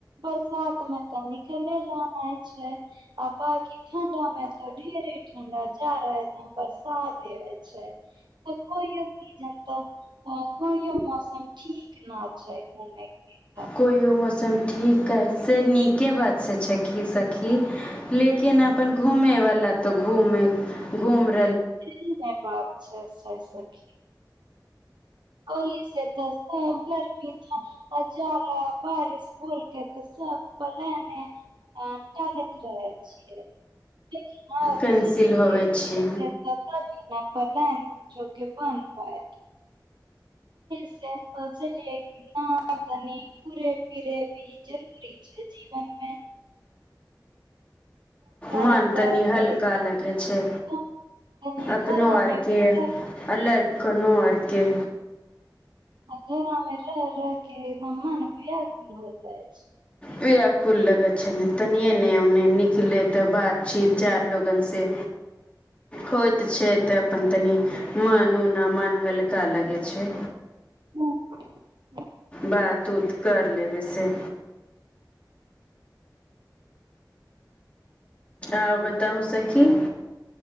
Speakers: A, on the right; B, on the left.
A: बरसात में तऽ निकले ना छै आ बाकि ठंडा में तऽ ढेर ठंडा जा रहा बरसात एबे छै तऽ कोयो सीजन तऽ कोयो मौसम ठीक न छै घूमे के
B: कोयो मौसम ठीक कै से नीके बात से सखी सखी लेकिन अपन घूमे वाला तो घूमे घूमे
A: शी रह बात अच्छा अच्छा सखी ओहि से तऽ सब गर्मी जाड़ा बारिश भुल के तऽ सब पलयने टालैत रहै छ लेकिन ह
B: कैंसिल
A: सोचलि
B: होबै
A: कि
B: छै
A: हे से पता भी न पलनि जोकी बन्द होय से सोचलियै कि न कनि घुरे फिरे भी जरूरी छै जीवनमे करे
B: मान तनि हल्का
A: के
B: लगे छै
A: कम तनी
B: अपनो
A: घरा
B: आरके
A: मे भी
B: आ लर कनो आरके के
A: में र र केना म ने ब्याकुल भऽ जाय छै
B: व्याकुल लगैत छै ने तनिये ने ओने निकलै तऽ बातचीत चारि लोगनसँ होइत छै तऽ अपन तनि मन उना मन हल्का लगै छै
A: हँ
B: बात उत कर लेबै सँ आउ बताहू सखी